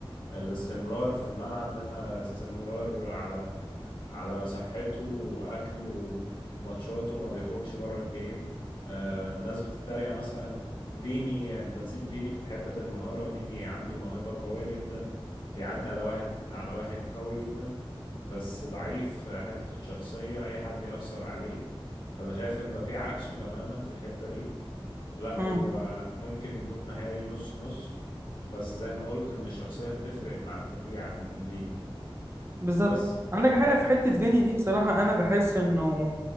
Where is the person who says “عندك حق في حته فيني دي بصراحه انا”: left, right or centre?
Right